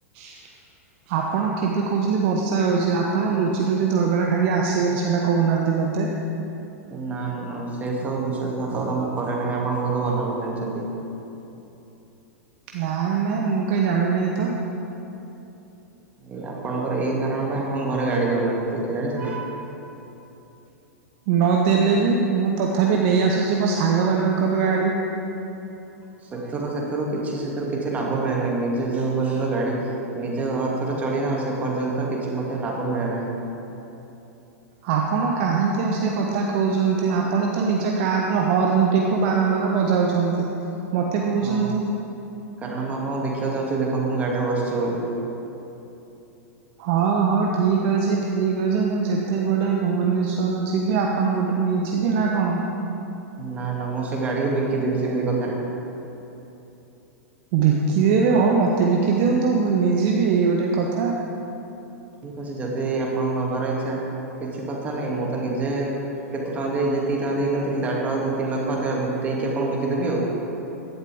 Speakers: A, on the right; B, on the right.
A: <unintelligible> ଆପଣ କେବେ କହୁଛନ୍ତି ବର୍ଷା ହେଉଛି ଆପଣ ଲୁଚି ଲୁଚି ଦହିବରା ଖାଇକି ଆସିଗଲେ ସେଇଟା କହୁନାହାନ୍ତି ମୋତେ।
B: ନା ନା ସେ ସବୁ ବିଶ୍ଵାସ ଘାତକତା ମୁଁ କରେ ନାହିଁ ଆପଣ ବହୁତ ଭଲ ଭାବରେ ଜାଣିଛନ୍ତି।
A: ନାଇଁ ନାଇଁ ମୁଁ କାହିଁ ଜାଣିିନାହିଁ ତ!
B: ଏ ଆପଣଙ୍କର ଏଇ କାରଣ ପାଇଁ ଆପଣଙ୍କ ଘରେ ଗାଡି ଦଉନାହାନ୍ତି ଏଇଟା ଜାଣିଛନ୍ତି?
A: ନ ଦେଲେ ବି ମୁଁ ତଥାପି ନେଇ ଆସୁଛି ମୋ ସାଙ୍ଗ ମାନଙ୍କର ଗାଡି।
B: ସେଥିରୁ ସେଥିରୁ କିଛି ସେଥିରୁ କିଛି ଲାଭ ମିଳେନାହିଁ ନିଜେ ଯେଉ ପର୍ଯ୍ୟନ୍ତ ଗାଡି ନିଜ ଅର୍ଥରେ ଚଢିବା ସେ ପର୍ଯ୍ୟନ୍ତ କିଛି ମଧ୍ୟ ଲାଭ ମିଳେ ନାହିଁ।
A: ଆପଣ କାହିଁକି ଆଉ ସେ କଥା କହୁଛନ୍ତି ଆପଣ ତ ନିଜ କାର ର ହର୍ଣ ଟିକେ କୁ ବାରମ୍ବାର ବଜାଉଛନ୍ତି ମତେ କହୁଛନ୍ତି
B: ହଁ କାରଣ ମୁଁ ଆପଣଙ୍କୁ ଦେଖିବାକୁ ଚାହୁଁଛି ଦେଖନ୍ତୁ ମୁଁ ଗାଡିରେ ବସିଛି ବୋଲି।
A: ହଉ ହଉ ଠିକ ଅଛି ଠିକ୍ ଅଛି ମୁଁ ଯେତେବେଳେ ଭୁବନେଶ୍ୱର ଯିବି ଆପ ଆପଣଙ୍କଠୁ ନେଇଯିବି ନା କଣ?
B: ନା ନା ମୁଁ ସେ ଗାଡିକୁ ବିକିଦେବି ସେମିତି କଥାରେ।
A: ବିକିଦେବେ ହଁ ମତେ ବିକି ଦିଅନ୍ତୁ ମୁଁ ନେଇଯିବି ଏଇ ଗୋଟେ କଥା।
B: ଠିକ ଅଛି ଯଦି ଆପଣଙ୍କୁ ନବାର ଇଚ୍ଛା କିଛି କଥା ନାହିଁ ମୁଁ ତ ନିଜେ କେତେ ଟଙ୍କା ଦେଇ ଯେତିକି ଟଙ୍କା ଦେଇି କିଣିଥିଲି ତା ଠାରୁ ଆଉ ଦି ତିନି ଲକ୍ଷ ଅଧିକ ଦେଇ ଆପଣଙ୍କୁ ବିକିଦେବି ଆଉ।